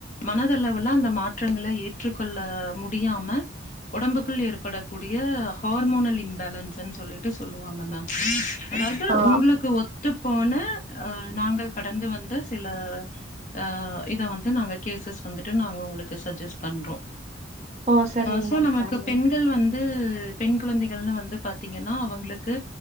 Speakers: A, on the left (about 40°); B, on the right (about 35°).
A: மனதளவுல அந்த மாற்றங்கள ஏற்றுக்கொள்ள முடியாம ஒடம்புக்குள் ஏற்படக் கூடிய ஹார்மோனல் இம்பேலன்ஸ்ன் சொல்லிட்டு சொல்லுவாங்க மேம் அதாவது
B: ஆ
A: உங்களுக்கு ஒத் ஒத்து போன அ நாங்கள் கடந்து வந்து சில ஆ இத வந்து நாங்க கேசஸ் வந்துட்டு நாங்க உங்களுக் சஜஸ்ட் பண்றோ
B: ஓ சரிங்க
A: சோ
B: மேம்
A: நமக்கு
B: சரிங்க
A: பெண்கள் வந் து பெண் குழந்தைகள்னு வந்து பாத்தீங்கன்னா அவங்களுக்கு